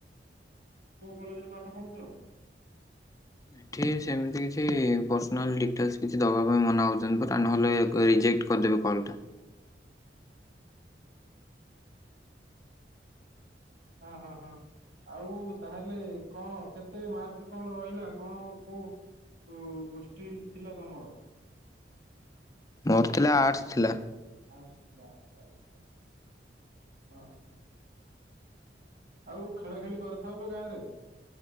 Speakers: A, on the right; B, on the left.
A: କୋଉ କଲେଜ୍ ରେ ପାଠ ପଢୁଛ।
B: ଏଠି ସେମିତି କିଛି ପର୍ସନାଲ ଡିଟେଲସ୍ କିଛି ଦବା ପାଇଁ ମନା କରିଛନ୍ତି ପରା ନହେଲେ ରିଜେକ୍ଟ୍। କରିଦେବେ କଲ୍ ଟା।
A: ଅହ ହଁ। ଆଉ ତାହେଲେ କଣ କେତେ ମାର୍କ କଣ ରହିଲା କଣ କୋଉ। କୋଉ ଷ୍ଟ୍ରିମ୍ ଥିଲା ତମର।
B: ମୋର ଥିଲା ଆର୍ଟସ୍ ଥିଲା।
A: ଆସଥିଲା ଆଚ୍ଛା ଆଛା ଆଚ୍ଛା ହ ହ। ଆଉ ଖେଳା ଖେଳି କରିଥାଉଛ ଗାଁରେ।